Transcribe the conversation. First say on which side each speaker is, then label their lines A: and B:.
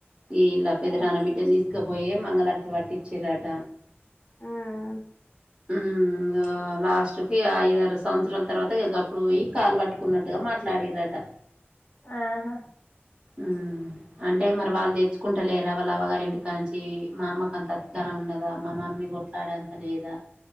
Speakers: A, on the right; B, on the left.
A: ఇ ఇల్లా పెద్ద
B: ఆ
A: నాన్న బిడ్డాను తీస్ ఇసుకపోయే మంగళారతి వట్టిచ్చు ఆట
B: ఆ ఆ
A: ఉమ్ ఇగ లాస్ట్ కి ఐదారు సంవత్సరాల తర్వాత ఇగ గప్పుడు పోయి కాలు పట్టుక్ కున్నట్టుగా మాట్లాడిర్రట.
B: ఆ హా
A: ఉమ్, అంటే మరి వాళ్ళు తెచ్చుకుంటలేరా వాళ్ళవ్వగారి ఇంటికాంచి, మా అమ్మకు అంత అధికారం ఉండదా? మా మమ్మీ కొట్లాడేంత లేదా?